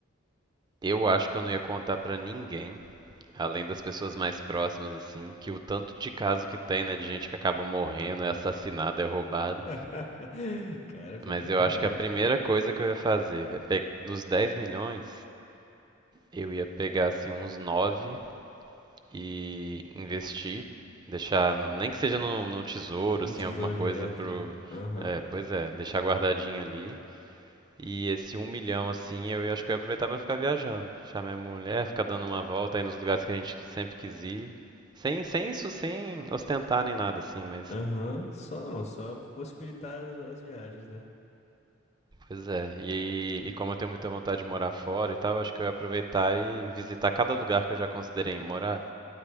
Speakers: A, on the right; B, on the left.
A: Eu acho que eu não ia contar pra ninguém, além das pessoas mais próximas, assim, que o tanto de caso que tem, né, de gente que acaba morrendo, é assassinado, é roubado.
B: <laughs> Cara, pior
A: Mas
B: que é verdade.
A: eu acho que a primeira coisa que eu ia fazer, é pe- dos 10 milhões, eu ia pegar, assim, uns 9 e investir, deixar, no- nem que seja no, no tesouro,
B: No
A: assim,
B: Tesouro
A: alguma coisa
B: Direto,
A: pro,
B: né? Aham.
A: é, pois é, deixar guardadinho ali. E esse um milhão, assim, eu ia- acho que eu ia aproveitar pra ficar viajando, deixar minha mulher, ficar dando uma volta aí nos lugares que a gente sempre quis ir, sem, sem isso, sem ostentar nem nada, assim, mas,
B: Aham, só não, só possibilitar as viagens, né?
A: pois é. E, e como eu tenho muita vontade de morar fora e tal, acho que eu ia aproveitar e visitar cada lugar que eu já considerei em morar